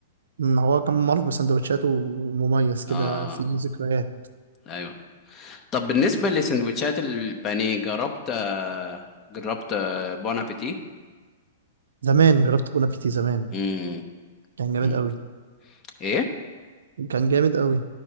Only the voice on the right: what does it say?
مم، هو كان معروف بسندوتشاته ومميز كده
في ذكريات
زمان جربت بون ابيتي زمان
كان جامد
قوي
كان جامد قوي